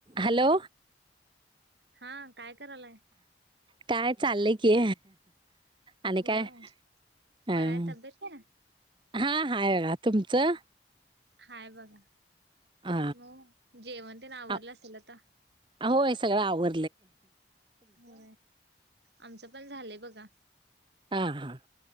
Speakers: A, on the right; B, on the right.
A: Hello
B: हा काय करालाय
A: काय चाललंय की आणि
B: होय
A: काय हा
B: बराय तब्येत आहे
A: हा हाय बघा तुमचं
B: हाय बघा
A: हा
B: मग जेवण ते ना आवरलं
A: हा.
B: असेल आता
A: आ- होय सगळं आवरलं
B: हो आमचं पण झालंय बघा
A: हा हा